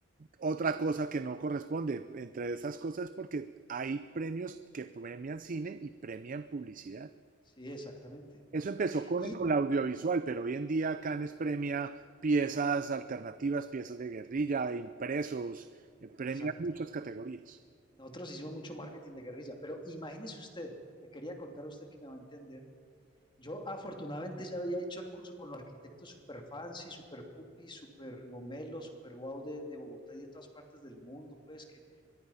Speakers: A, on the right; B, on the left.
A: otra cosa que no corresponde. Entre esas cosas porque hay premios que premian cine y premian publicidad.
B: Sí, exactamente.
A: Eso empezó con,
B: Y,
A: con la audiovisual, pero hoy en día Cannes premia piezas alternativas, piezas de guerrilla, impresos, eh, premia
B: exacto.
A: muchas categorías.
B: Nosotros hicimos mucho marketing de guerrilla, pero imagínese usted, le quería contar a usted que me va a entender. Yo afortunadamente ya había hecho el curso con los arquitectos super fancy, super pupi, super gomelo, super guau de, de Bogotá y de todas partes del mundo, pues que